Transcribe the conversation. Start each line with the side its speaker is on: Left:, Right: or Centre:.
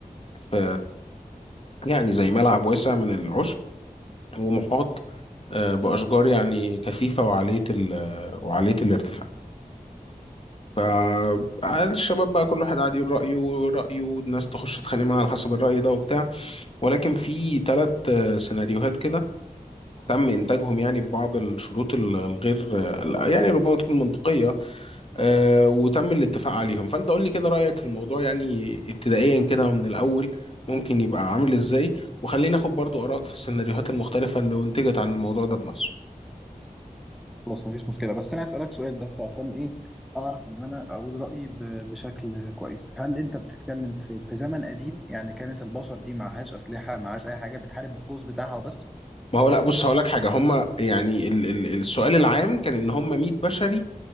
Left: في يعني زي ملعب واسع من العشب ومحاط آه، بأشجار يعني كثيفة وعالية ال آه، وعالية الارتفاع فالشباب بقى كل واحد قاعد يقول رأيه رأيه والناس تخش تتخانق معاه على حسب الرأي ده وبتاع ولكن في ثلاث سيناريوهات كده تم إنتاجهم يعني ببعض الشروط ال- الغير آه، يعني ربما تكون منطقية آه، وتم الاتفاق عليهم فأنت قول لي كده رأيك في الموضوع يعني ابتدائيا كده ومن الأول ممكن يبقى عامل إزاي وخلينا ناخد برضو آرائك في السيناريوهات المختلفة اللي أنتجت عن الموضوع ده بنفسه
Centre: خلاص مفيش مشكلة بس أنا أسألك سؤال بس عشان إيه أعرف إن أنا أقول رأيي ب- بشكل كويس هل أنت بتتكلم في في زمن قديم يعني كانت البشر دي معهاش أسلحة معهاش أي حاجة بتحارب بالقوس بتاعها وبس
Left: ما هو لا بص هقول لك حاجه هم يعني ال ال السؤال العام كان ان هم 100 بشري